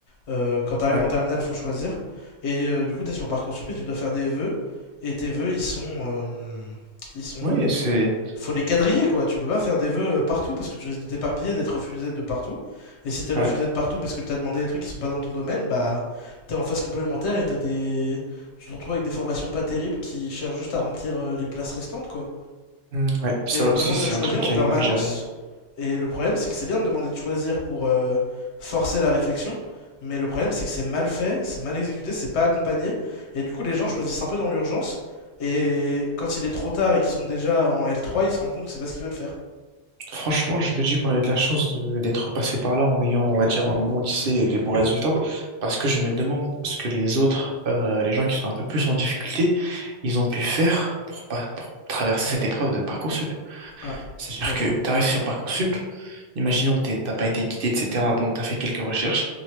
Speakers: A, on the left; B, on the right.
A: euh, quand t'arrives
B: Ouais,
A: en terminale, faut choisir. Et euh, du coup, t'es sur Parcoursup et tu dois faire des vœux. Et tes vœux, ils sont, euh, ils sont,
B: ouais, c'est.
A: faut les quadriller quoi. Tu peux pas faire des vœux euh, partout parce que tu risques de t'éparpiller, d'être refusé de partout. Et si t'es refusé
B: ouais.
A: de partout parce que t'as demandé des trucs qui sont pas dans ton domaine, bah t'es en phase complémentaire et t'as des, tu te retrouves avec des formations pas terribles qui cherchent juste à remplir euh, les places restantes quoi
B: Hmm, ouais, ça
A: et on te
B: aussi,
A: demande
B: c'est
A: de choisir
B: un truc qui
A: en permanence.
B: est mal géré.
A: Et le problème, c'est que c'est bien de demander de choisir pour euh, forcer la réflexion, mais le problème, c'est que c'est mal fait, c'est mal exécuté, c'est pas accompagné, et du coup, les gens choisissent un peu dans l'urgence, et quand il est trop tard et qu'ils sont déjà en l trois, ils se rendent compte que c'est pas ce qu'ils veulent faire.
B: Franchement, je me dis qu'on a eu de la chance de- d'être passé par là en ayant, on va dire, un bon lycée et des bons résultats, parce que je me demande ce que les autres, euh, les gens qui sont un peu plus en difficulté, ils ont pu faire pour pas, pour traverser cette épreuve de Parcoursup.
A: Voilà,
B: C'est-à-dire
A: pour le
B: que
A: coup.
B: tu arrives sur Parcoursup, imaginons t'es- t'as pas été guidé, etc. Bon, t'as fait quelques recherches,